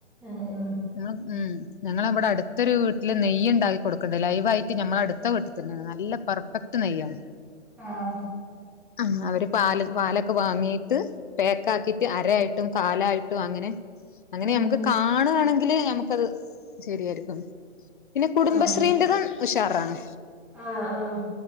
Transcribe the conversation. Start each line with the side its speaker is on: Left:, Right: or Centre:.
Centre: ഉം ഉം
Left: ള്ള ഉം ഞങ്ങളവിടെ അടുത്തൊരു വീട്ടില് നെയ്യ്ണ്ടാക്കി കൊടുക്ക്ണ്ട്, ലൈവായിട്ട് ഞമ്മള അടുത്ത വീട്ടിൽ തന്നെയാണ്. നല്ല പെർഫെക്ട് നെയ്യാണ്.
Centre: ആഹ്
Left: ആഹ് അവര് പാല് പാലൊക്കെ വാങ്ങീട്ട് പേക്കാക്കിട്ട് അരായായിട്ടും കാലായിട്ടും അങ്ങനെ അങ്ങനെ
Centre: ഉം
Left: നമുക്ക് കാണുവാണെ <unintelligible> ഞമ്മക്കത് ശരിയായിരിക്കും. പിന്നെ കുടുംബശ്രീന്റതും
Centre: ആഹ്
Left: ഉഷാ ആഹ്
Centre: ആഹ് ആഹ്